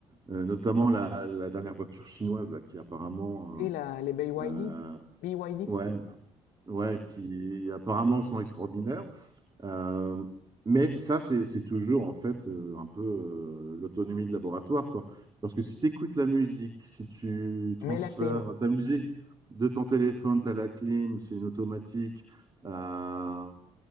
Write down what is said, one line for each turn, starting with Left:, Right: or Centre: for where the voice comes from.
Right: Euh, notamment la, la dernière voiture chinoise là, qui apparemment
Left: Si, la, les BYD,
Right: euh, euh,
Left: BYD,
Right: ouais ouais qui apparemment sont extraordinaires Euh, mais ça c'est c'est toujours en fait euh, un peu euh, l'autonomie de laboratoire quoi parce que si tu écoutes la musique si tu transfères
Left: mets la clim,
Right: ta musique de ton téléphone à la clim c'est une automatique euh,